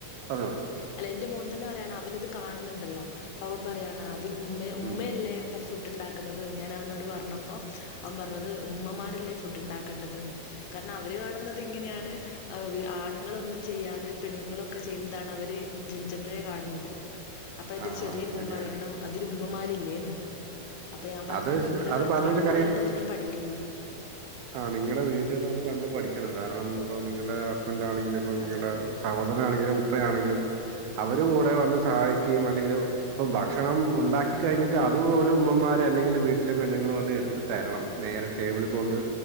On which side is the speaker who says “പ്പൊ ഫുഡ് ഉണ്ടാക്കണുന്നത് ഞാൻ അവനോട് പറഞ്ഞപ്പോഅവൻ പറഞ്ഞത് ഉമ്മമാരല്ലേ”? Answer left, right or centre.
Left